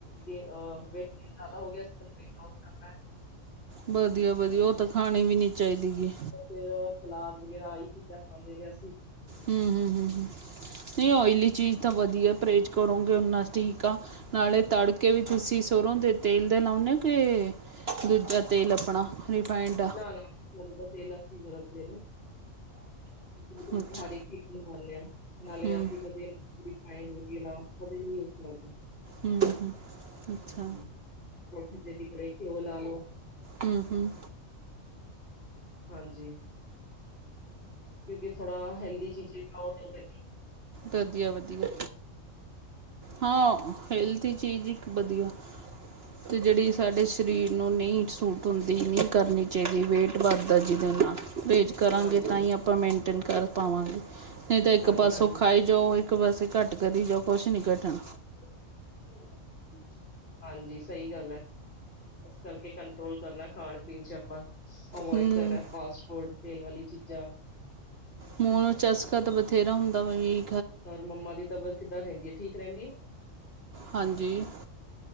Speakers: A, on the left (about 40°); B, on the right (about 55°).
A: ਗੇਨ ਅ ਵੇਟ ਗੇਨ ਜ਼ਿਆਦਾ ਹੋ ਗਿਆ ਸੀ, ਹੁਣ ਵੇਟ ਲੋਸ ਕਰਨਾ।
B: ਵਧੀਆ-ਵਧੀਆ ਔ ਤਾਂ ਖਾਣੀ ਵੀ ਨੀ ਚਾਹੀਦੀ ਗੀ।
A: ਫੇਰ ਸਲਾਦ ਵਗੈਰਾ ਆਈ ਚੀਜ਼ਾਂ ਖਾਂਦੇ ਨੇ ਅਸੀਂ।
B: ਹੁੰ-ਹੁੰ-ਹੁੰ-ਹੁੰ, ਨਹੀਂ ਓਇਲੀ ਚੀਜ਼ ਤਾਂ ਵਧੀਆ ਪਰਹੇਜ਼ ਕਰੋਂਗੇ ਓਨਾਂ ਟੀਕ ਆਂ ਨਾਲੇ ਤਾੜ ਕੇ ਵੀ ਤੁਸੀਂ ਸਰੋਂ ਦੇ ਤੇਲ ਦੇ ਲਾਉਣੇ ਔ ਕੇ ਦੂਜਾ ਤੇਲ ਆਪਣਾ ਰਿਫਾਈਡ?
A: ਨਾ ਸਰੋਂ ਦਾ ਤੇਲ ਅਸੀਂ ਵਰਤਦੇ ਨੇ। <unintelligible>
B: ਅੱਛਾ
A: ਨਾਲੇ
B: ਹੂੰ
A: ਅਸੀਂ ਕਦੇ ਰਿਫਾਇੰਡ ਵਗੈਰਾ ਕਦੇ ਨੀ ਯੂਜ਼ ਕਰਦੇ।
B: ਹੂੰ ਹੂੰ ਅੱਛਾ
A: ਹਾਜੀ, ਪਰੌਂਠੀ ਤੇ ਕਵੇ ਗਿਓ ਲਾ ਲੋ।
B: ਹੁੰ-ਹੁੰ।
A: ਹਾਂਜੀ। ਕਿਉਂਕਿ ਥੋੜ੍ਹਾ ਹੈਲਦੀ ਚੀਜ਼ੇ ਖਾਓ ਤੋ ਵ
B: ਵਧੀਆ-ਵਧੀਆ, ਹਾਂ ਹਿਲ ਤੀ ਚੀਜ਼ ਇੱਕ ਵਧੀਆ। ਤੇ ਜਿਹੜੀ ਸਾਡੇ ਸਰੀਰ ਨੂੰ ਨਹੀਂ ਸੂਟ ਹੁੰਦੀ, ਨਹੀਂ ਕਰਨੀ ਚਾਹੀਦੀ ਵੇਟ ਵੱਧਦਾ ਜਿਹਦੇ ਨਾਲ। ਪਰਹੇਜ਼ ਕਰਾਂਗੇ
A: ਹਾਂਜੀ,
B: ਤਾਂ ਈ ਆਪਾਂ ਮੇਨਟੇਨ ਕਰ ਪਾਵਾਂਗੇ, ਨਹੀਂ ਤਾਂ ਇੱਕ
A: ਹਾਂਜੀ,
B: ਪਾਸੋਂ
A: ਹਾਂਜੀ,
B: ਖਾਈ ਜਾਓ ਇੱਕ ਵਸੇ ਘੱਟ ਕਰੀ ਜਾਓ ਕੁਛ ਨੀ ਘੱਟਣਾ।
A: <inaudible> ਹਾਂਜੀ ਸਹੀ ਗੱਲ ਏ। ਇਸ ਕਰਕੇ ਕੰਟਰੋਲ ਕਰਨਾ ਖਾਣ-ਪੀਣ ਚ' ਆਪਾਂ। ਅਵੋਇਡ
B: ਹੂੰ
A: ਕਰਨਾ ਫਾਸਟ-ਫੂਡ ਤੇਲ ਵਾਲੀ ਚੀਜ਼ਾਂ।
B: ਮੂੰਹ ਨੂੰ ਚਸਕਾ ਤਾਂ ਬਥੇਰਾ ਹੁੰਦਾ ਵਹੀ।
A: ਹੋਰ ਮੰਮਾ ਦੀ ਤਬੀਅਤ ਕਿੱਦਾਂ ਰਹਿੰਦੀ ਏ, ਠੀਕ ਰਹਿੰਦੀ ਏ?
B: ਹਾਂਜੀ,